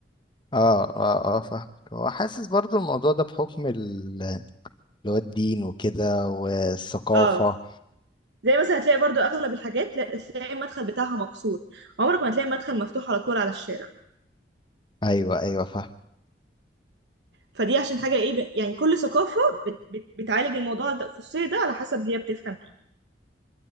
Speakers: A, on the left; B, on the right.
A: اه اه اه فاهم هو حاسس برضو الموضوع ده بحكم ال- اللي هو الدين وكده والثقافة
B: اه زي مثلا هتلاقي برضو اغلب الحاجات لا- تلاقي المدخل بتاعها مكسور عمرك ما تلاقي المدخل مفتوح على طول على الشارع
A: ايوه ايوه فاهم
B: فدي عشان حاجه ايه ب- يعني كل ثقافه بت بت بتعالج الموضوع ده الخصوصيه ده على حسب هي بتفهم ايه